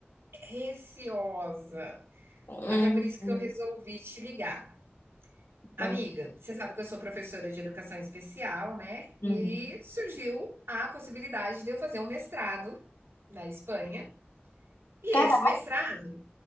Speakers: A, on the right; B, on the left.
A: receosa.
B: hum,
A: Até por isso
B: hum,
A: que eu resolvi te ligar.
B: vamos.
A: Amiga, você sabe que eu sou professora de educação especial, né?
B: Uhum.
A: E aí surgiu a possibilidade de eu fazer um mestrado na Espanha. E
B: Cara,
A: esse mestrado